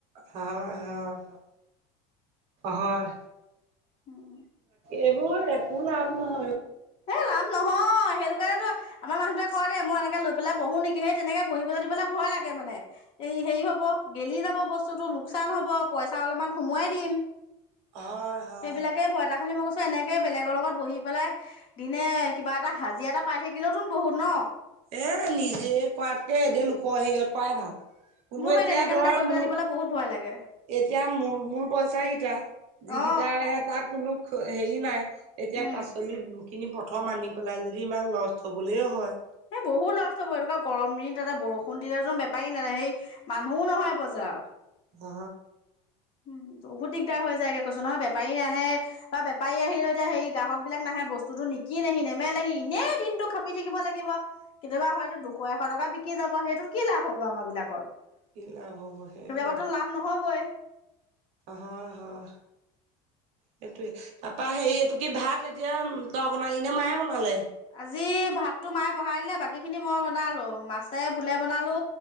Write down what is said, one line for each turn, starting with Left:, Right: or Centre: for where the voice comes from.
Right: হয় হয় হয় হয়
Left: উম,
Right: এইবোৰ একো লাভ নহয়
Left: হেই লাভ নহয় সেইটো কাৰণেতো আমাৰ মানুহটোৱে কয় দে মই এনেকে লৈ পেলাই বহো নেকি সেই তেনেকে বহিবলৈ দিবলৈ ভয় লাগে মানে এই হেৰি হব গেলি যাব বস্তুতটো লোকচান হব পইচা অলপমান সোমোৱাই দিম
Right: হয় হয়
Left: সেইবিলাকে বই এটা খালি মই কৈছো এনেকে বেলেগৰ লগত বহি পেলাই দিনে কিবা এটা হাজি এটা পাই থাকিলেওতোন বহুত ন
Right: এ নিজে কৰাতকে এদ লোকৰ হেৰিয়ত কৰাই ভাল কোনো
Left: মোৰ
Right: এতিয়া
Left: সেই তেনেকে
Right: ধৰ
Left: মানে কৰিবলৈ
Right: মোৰ
Left: দিবলৈ বহুত ভয় লাগে
Right: এতিয়া মূল মূল পইচা কেইটা যিকিটা
Left: অ
Right: আহে তাত কোন হেৰি নাই এতিয়া
Left: উম
Right: পাচলি খিনি প্ৰথম আনি পেলাই যদি ইমান লষ্ট হবলৈও হয়
Left: এই বহুত লষ্ট হনকা গৰম দিন তাতে বৰষুণ দিলেো বেপাৰী নাে সেই মানুহো নহয় বজাৰ
Right: অ
Left: উম বহুত দিগদাৰ হৈ যায়গে কৈছো নহয় বেপাৰী আহে বা বেপাৰী আহিলে এতিয়া হেৰি গাহক বিলাক নাহে বস্তুতটো নিকি নহি নেমেলহি এনেই দিনতটো খাপি থাকিব লাগিব কেতিয়াবা হয়তো দুশ এশ টকা বিকি যাব সেইটোত কি লাভ হব আমাৰ বিলাকৰ সেইবিলাকো
Right: কি লাভ হ'ব সেইটোৱে
Left: লাভ নহবই
Right: হয় হয় সেইটোৱে তাপা হেৰি এইটো কি ভাত এতিয়া তই বনালি নে মায়ে বনালে
Left: আজি ভাতো মায়ে বহাই বাকী খিনি মই বনালো মাছে ভুলে বনালো